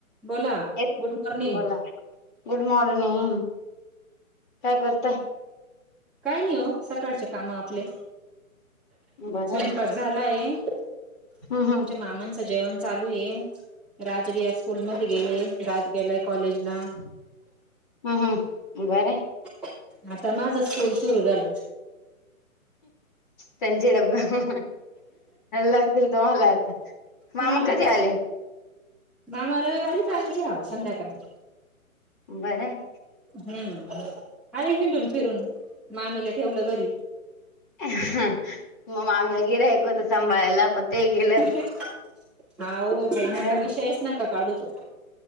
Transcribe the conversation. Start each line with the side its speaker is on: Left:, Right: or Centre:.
Centre: बोला
Left: येत.
Centre: Good morning
Left: बोला गुड मॉर्निंग. काय करताय?
Centre: काय नाही हो. सकाळचे काम आपले.
Left: बरं
Centre: स्वयंपा-
Left: आहे
Centre: झाल आहे. तुमच्या
Left: हम्म हम्म
Centre: मामांचं जेवण- चालू आहे. राज बी या स्कूल मध्ये गेले. राज गेलाय कॉलेज ला.
Left: हम्म हम्म. बरय.
Centre: म आता माझ स्कूल सुरू झाल.
Left: त्यांचे डब्बे म लागतील तुम्हाला आता. मामा
Centre: हम्म
Left: कधी आले?
Centre: मामा रविवारीच आलेले आओ संध्याकाळी.
Left: बरं.
Centre: हम्म, आली हिंडून फिरून, मामीला ठेवलं घरी.
Left: हं, मग मामीला गीरायक होत सांभाळायला पण ते गेलं
Centre: कठे <unintelligible> आओ बाय
Left: अ
Centre: नका विषयच नका काढू तो,